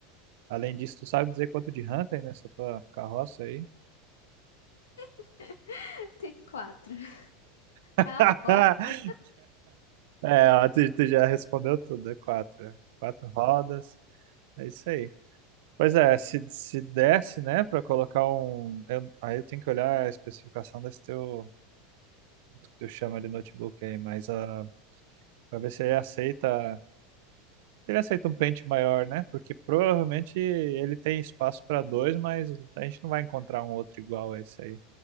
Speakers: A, on the right; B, on the left.
A: além disso, tu sabe dizer quanto de ranta aí nessa tua carroça aí?
B: <laughs> tem quatro. <laughs>
A: <laughs>
B: Carroça.
A: É, ó, tu, tu já respondeu tudo, é quatro. é Quatro rodas, é isso aí. Pois é, se, se desse, né, pra colocar um. eu- aí eu tenho que olhar a especificação desse teu. do que tu chama de notebook aí, mas ah, pra ver se ele aceita Ele aceita um pente maior, né? Porque provavelmente ele tem espaço para dois, mas a gente não vai encontrar um outro igual a esse aí.